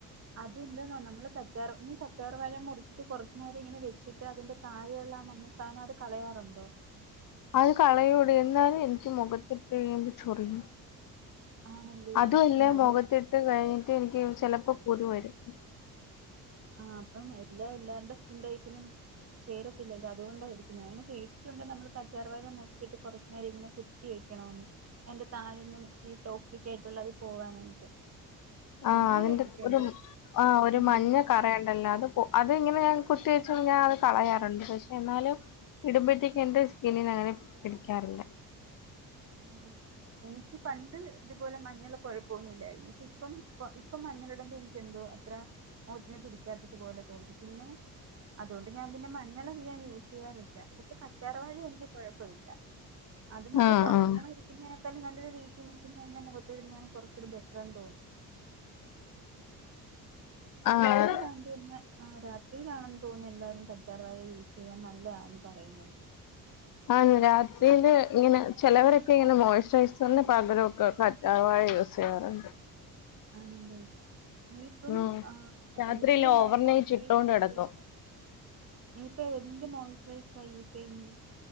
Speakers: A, on the right; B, on the left.
A: അത് ന്തന്നോ നമ്മള് കറ്റാർവാഴ നീ കറ്റാർ വാഴ മുറിച്ചിട്ട് കൊറച്ച് നേരം ഇങ്ങനെ വെച്ചിട്ട് അതിന്റെ താഴെയൊള്ളാ മഞ്ഞ താന് അത് കളയാറൊണ്ടോ
B: അത് കളായോടെ എന്നാലും എന്ക്ക് മൊഖത്ത് ഇട്ട് കയിമ്പോ ചൊറിയും
A: ആണല്ലേ
B: അതും അല്ലേ
A: ഞാന്
B: മൊഖത്ത് ഇട്ട് കയിഞ്ഞ് ഇട്ട് എനിക്ക് ചെലപ്പോ കുരു വരും
A: ആഹ് അപ്പം എല്ലാ എല്ലാർണ്ടേ സ്കിൻ ടൈപ്പിനും ചേരത്തില്ലല്ലോ അത് കൊണ്ടായ് ഞാന് ങ്ങനെ കേട്ടിട്ടൊണ്ട് നമ്മള് കറ്റാർ വാഴ മുർച്ചിട്ട് കൊറച്ച് നേരം ഇങ്ങനെ കുത്തി വെക്ക്യാണോന്ന് അയ്ന്റെ താഴെ <unintelligible> ഈ ടോക്ക്സായിക്കേട്ടേ ഒള്ളത് പോവാനായിട്ട്
B: ആഹ്
A: അങ്ങനെ
B: അതിന്റെ
A: കേട്ടിട്ടുണ്ട്
B: ഒര് ആഹ് ഒര്
A: ഉം
B: മഞ്ഞ കറയ്ണ്ടല്ലോ അത് പേ അത് ഇങ്ങനെ ഞാൻ കുത്തിവെച്ച് ഞാൻ അത് കളായാറോണ്ട് പശേ എന്നാലും ഇട്ബഴ്‌ത്തേക്ക് എൻ്റെ സ്കിനിന് അങ്ങനെ പിടിക്ക്യാറില്ല
A: ആഹ് എനിക്ക് പണ്ട് ഇതുപോലെ മഞ്ഞള് കൊഴപ്പമൊന്നും ഇല്ലാര്ന്നു ശെ ഇപ്പം ഇപ്പം മഞ്ഞള് ഇട്മ്പോ എനിക്ക് എന്തോ അത്ര <unintelligible> പോലെ തോന്നും പിന്നെ അതോണ്ട് ഞാൻ പിന്നെ മഞ്ഞള് അധികം അങ്ങ് യൂസ് ചെയ്യാറില്ല പശേ കാറ്റാർ വാഴ എനിക്ക് കൊഴപ്പം ഇല്ല അത് നമ്മള്
B: ആഹ്
A: പൊറത്ത്ന്ന്
B: ആഹ്
A: മോടിക്ക്ന്നെക്കാളും നല്ലത് വീട്ടി നിക്ക് അന്നെ <unintelligible> കൊറാച്ചുടെ ബെറ്ററാ തോന്നും
B: ആഹ്
A: <unintelligible> ആഹ് രാത്രിയിലാണ് എന്ന് തോന്നുന്ന് എല്ലാരും കറ്റാർ വാഴ യൂസ് ചെയ്യാൻ നല്ലേയാന്ന് പറയ്ന്നത്
B: ആന്ന് രാത്രിയില് ഇങ്ങനെ ചെലവരൊക്കെ ഇങ്ങനെ മോയ്സ്റൈസറിന് പകരൊക്കെ കറ്റാ റ്റാർവാഴ യൂസ് ചെയ്യാറോണ്ട്
A: ആണ് ല്ലോ നീയിപ്പം
B: ഉം
A: ആഹ്
B: രാത്രിയില്
A: എന്തിന്റ മോയ്
B: ഓവർനൈറ്റ്
A: മോയ്സ്ച്ചറൈസറാ
B: ഇട്ടോണ്ട്
A: യൂസ്
B: കിടക്കും
A: ചെയ്യ്ന്നേ നീ ഇപ്പേ എന്തിന്റെ മോയ്സ്ചറൈസറാ യൂസെയ്യ്ന്നേ